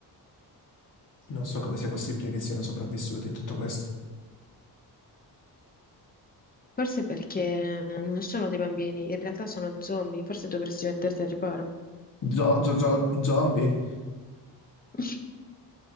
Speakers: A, on the left; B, on the left.
A: Non so come sia possibile che siano sopravvissuti a tutto questo.
B: Forse perché non sono dei bambini, in realtà sono zombie, forse dovresti metterti al riparo.
A: Zo- zo- zo- zombie?
B: <laughs>